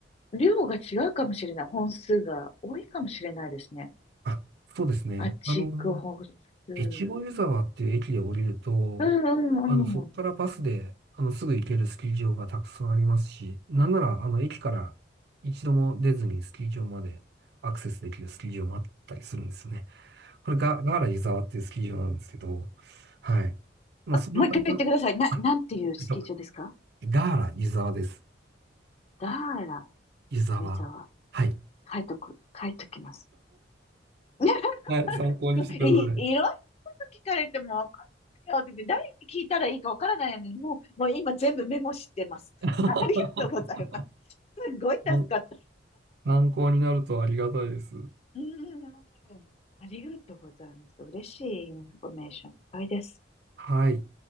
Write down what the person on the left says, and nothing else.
量が違うかもしれない。本数が多いかもしれないですね。
あっち行く本数。
う
んうんうん。
もう一回言ってください。な、
なんていうスキー場ですか
ダーラ、
湯沢。
書いとく、書いときます。<laughs>
い、いろんなこと聞かれてもわかんないよって言って、誰に聞いたらいいかわからないのに、もう、もう今全部メモしてます。
<laughs> ありがとうございます。すごい助かった。
うん。ありがとうございます。嬉しいインフォメーションいっぱいです。